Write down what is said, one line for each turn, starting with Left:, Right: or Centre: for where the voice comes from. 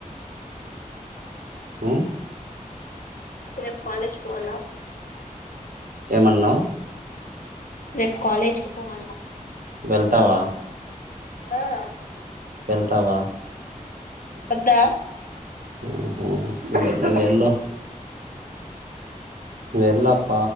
Right: ఉమ్
Left: రేప్ కాలేజీకి పోవాలా
Right: ఏమన్నావ్
Left: రేపు కాలేజ్ కి పోవాలా
Right: వెళ్తావా
Left: ఆడా
Right: వెళ్తావా
Left: వద్దా
Right: ఊహు వద్దులే వెళ్ళు వెళ్ళుప్ప